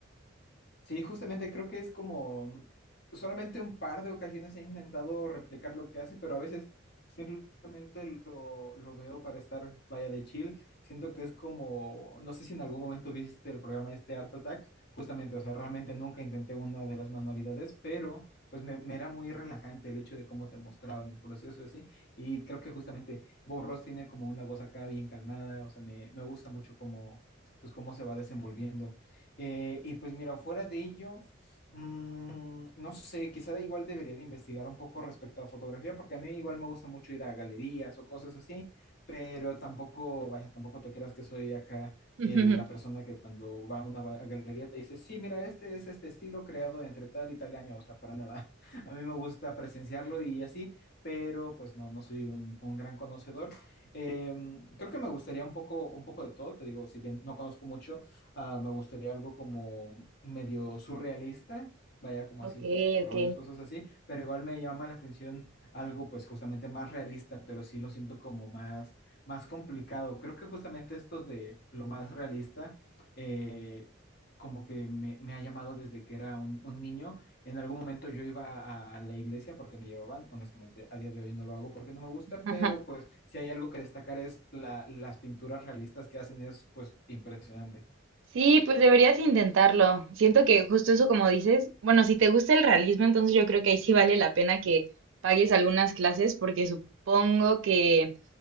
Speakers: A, on the left (about 55°); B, on the right (about 65°).
A: Sí, justamente creo que es como solamente un par de ocasiones he intentado replicar lo que hace, pero a veces simplemente lo, lo veo para estar, vaya de chill. Siento que es como, no sé si en algún momento viste el programa este Art Attack, justamente, o sea, realmente nunca intenté una de las manualidades, pero pues me, me era muy relajante el hecho de cómo te mostraban el proceso y así. Y creo que justamente Bob Ross tiene como una voz acá bien calmada, o sea, me, me gusta mucho como pues cómo se va desenvolviendo. Eh, y pues mira, fuera de ello, mm, no sé, quizá igual debería de investigar un poco respecto a fotografía, porque a mí igual me gusta mucho ir a galerías o cosas así, pero tampoco, vaya, tampoco te creas que soy acá
B: <laughs>
A: el- la persona que cuando va a una ba- galería te dice, sí, mira, este es este estilo creado entre tal y tal año, o sea, para nada. <laughs> A mí me gusta presenciarlo y así, pero pues no, no soy un, un gran conocedor. Em, creo que me gustaría un poco, un poco de todo, te digo, si bien no conozco mucho Ah, me gustaría algo como medio surrealista, vaya como así,
B: Ok,
A: muchos colores,
B: ok.
A: cosas así, pero igual me llama la atención algo pues justamente más realista, pero sí lo siento como más, más complicado. Creo que justamente esto de lo más realista, eh, como que me, me ha llamado desde que era un, un niño. En algún momento yo iba a, a la iglesia porque me llevaban, honestamente a día de hoy no lo hago porque no me gusta,
B: <laughs>
A: pero pues si hay algo que destacar es la, las pinturas realistas que hacen es pues impresionante.
B: Sí, pues deberías intentarlo. Siento que justo eso como dices, bueno, si te gusta el realismo, entonces yo creo que ahí sí vale la pena que pagues algunas clases porque supongo que